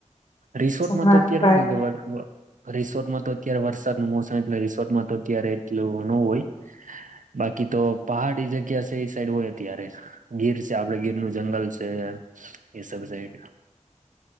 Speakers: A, on the right (about 85°); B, on the left (about 35°).
A: રિસોર્ટમાં
B: છે હમણાં
A: તો અત્યારે
B: ટ્રાય
A: હું કે. <unintelligible> રિસોર્ટમાં તો અત્યારે વરસાદ નું મોસમ એટલે રિસોર્ટમાં તો અત્યારે એટલું ન હોય. બાકી તો પહાડી જગ્યા છે ઈ સાઈડ હું અત્યારે ગીર છે આપડે ગીર નું જંગલ છે એમ ઇ સબ સાઈડ.